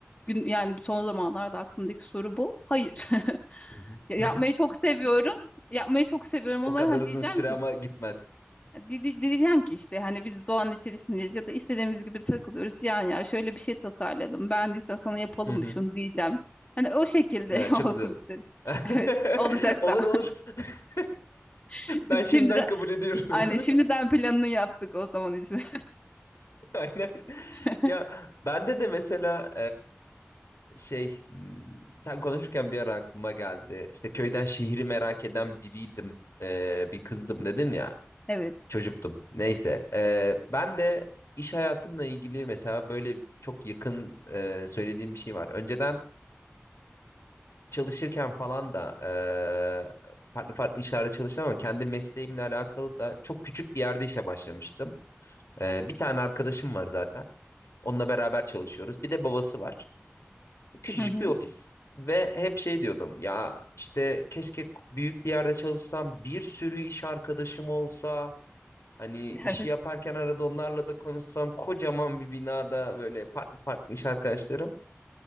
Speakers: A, on the left; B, on the left.
A: Gün, yani son zamanlarda aklımdaki soru bu. Hayır. <laughs>
B: Hı hı.
A: Ya- Yapmayı çok seviyorum. Yapmayı çok seviyorum
B: <laughs>
A: ama
B: O kadar
A: hani
B: uzun
A: diyeceğim
B: süre
A: ki
B: ama gitmez.
A: di- di- diyeceğim ki işte hani biz doğanın içerisindeyiz ya da istediğimiz gibi takılıyoruz. Cihan ya şöyle bir şey tasarladım. Beğendiysen sana yapalım
B: Hı hı.
A: mı şunu diyeceğim. Hani o şekilde
B: Ya,
A: <laughs>
B: çok
A: olsun
B: güzel olur.
A: isterim.
B: <laughs>
A: Evet, olacak
B: Olur
A: da.
B: olur. <laughs>
A: <laughs>
B: Ben şimdiden
A: Şimdiden
B: kabul ediyorum.
A: Aynen
B: <laughs>
A: şimdiden planını yaptık o zaman için.
B: Aynen.
A: <laughs>
B: Ya bende de mesela Şey, hmm, sen konuşurken bir ara aklıma geldi. İşte köyden şehri merak eden biriydim. Ee, bir kızdım dedin ya.
A: Evet.
B: Çocuktum. Neyse. Ee, ben de iş hayatımla ilgili mesela böyle çok yakın e, söylediğim bir şey var. Önceden çalışırken falan da e, farklı farklı işlerde çalıştım ama kendi mesleğimle alakalı da çok küçük bir yerde işe başlamıştım. Ee, bir tane arkadaşım var zaten. Onunla beraber çalışıyoruz. Bir de babası var. Küçücük
A: Hı hı.
B: bir ofis. Ve hep şey diyordum ya işte keşke büyük bir yerde çalışsam bir sürü iş arkadaşım olsa hani işi
A: Evet.
B: yaparken arada onlarla da konuşsam kocaman bir binada böyle farklı farklı iş arkadaşlarım.